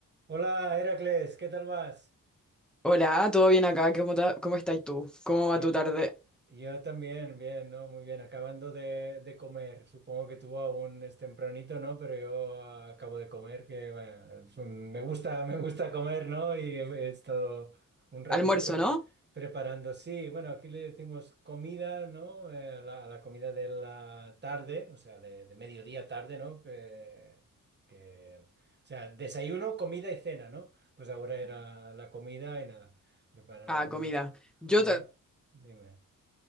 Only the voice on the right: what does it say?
Hola, Heracles, ¿qué tal vas?
Ye-
Yo también, bien, ¿no? Muy bien, acabando de, de comer. Supongo que tú aún es tempranito, ¿no? Pero yo ah, acabo de comer, que vaya, es un- me gusta, me gusta comer, ¿no? Y he, he estado un ratito
pre-
preparando. Sí, bueno, aquí le decimos comida, ¿no? Eh, a la, a la comida de la tarde, o sea, de, de mediodía tarde, ¿no? Que, que, o sea, desayuno, comida y cena, ¿no? Pues ahora era la comida y nada, preparado
una,
una,
dime.